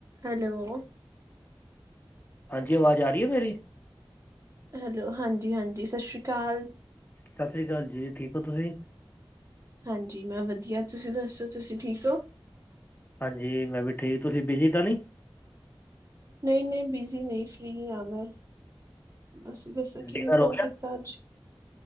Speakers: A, on the right; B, on the left.
A: Hello,
B: ਹਾਂਜੀ ਆਵਾਜ਼ ਆ ਰਹੀ ਹੈ ਮੇਰੀ,
A: ਹੈਲੋ ਹਾਂਜੀ, ਹਾਂਜੀ ਸਤਿ ਸ਼੍ਰੀ ਅਕਾਲ,
B: ਸਤਿ ਸ੍ਰੀ ਅਕਾਲ ਜੀ ਠੀਕ ਹੋ ਤੁਸੀਂ?
A: ਹਾਂਜੀ ਮੈਂ ਵਧੀਆ, ਤੁਸੀਂ ਦੱਸੋ ਤੁਸੀਂ ਠੀਕ ਹੋ?
B: ਹਾਂਜੀ ਮੈਂ ਵੀ ਠੀਕ, ਤੁਸੀਂ ਬਿਜੀ ਤਾਂ ਨਹੀਂ
A: ਨਹੀਂ-ਨਹੀਂ ਬਿਜ਼ੀ ਨਹੀਂ, ਫਰੀ ਹਾਂ ਮੈਂ, ਅਸੀਂ ਦੱਸੋ
B: ਡਿਨਰ
A: ਕਿਵੇ ਫੋਨ
B: ਹੋ
A: ਕੀਤਾ ਅੱਜ?